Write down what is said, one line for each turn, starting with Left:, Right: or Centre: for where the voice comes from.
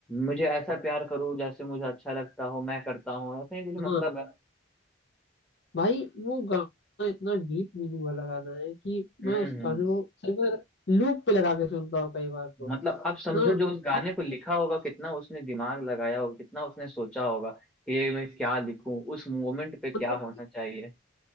Centre: मुझे ऐसा प्यार करो जैसे मुझे अच्छा लगता हो मैं करता हूँ ऐसे ही कुछ
Left: हाँ
Centre: मतलब है
Left: भाई वो गाना इतना डीप मीनिंग वाला गाना है कि
Centre: हम्म
Left: मैं उस
Centre: हम्म।
Left: गाने को सिर्फ लूप पे लगा के सुनता हूँ कई बार तो
Centre: मतलब आप समझो
Left: हाँ
Centre: जो उस गाने
Left: और
Centre: को लिखा होगा कितना उसने दिमाग लगाया होगा कितना उसने सोचा होगा कि ये मैं क्या लिखूं उस मोमेंट पे क्या
Left: मतलब
Centre: होना चाहिए